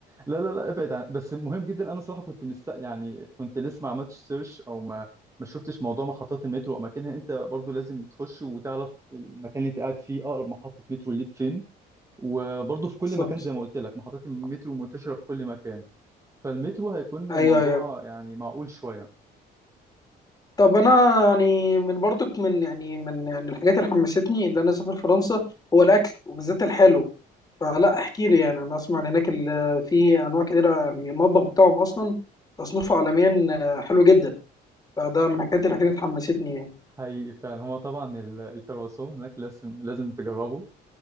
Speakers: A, on the right; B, on the left.
A: لا لا لا ابعد عن بس مهم جدا انا صراحه كنت مست يعني كنت لسه ما عملتش سيرش او ما ما شفتش موضوع محطات المترو واماكنها انت برضو لازم تخش وتعرف المكان اللي انت قاعد فيه اقرب محطه مترو ليك فين وبرضو في كل
B: بالظبط
A: مكان زي ما قلت لك محطات المترو منتشره في كل مكان فالمترو هيكون
B: ايوه
A: الموضوع
B: ايوه
A: يعني معقول شويه
B: طب انا يعني من برضك من يعني من يعني الحاجات اللي حمستني ان انا اسافر فرنسا هو الاكل وبالذات الحلو فلا احكي لي يعني انا اسمع ان هناك ال- في انواع كتيره يعني المطبخ بتاعهم اصلا تصنيفه عالميا آه، حلو جدا فده من الحاجات اللي كانت حمستني يعني
A: حقيقي فعلا هو طبعا ال- الكرواسون هناك لازم لازم تجربه